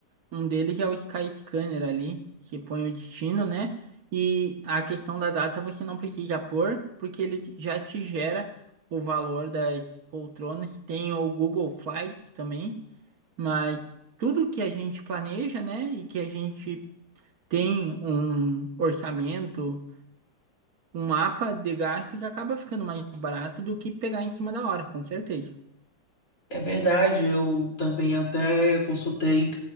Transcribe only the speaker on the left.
É verdade, eu também até consultei.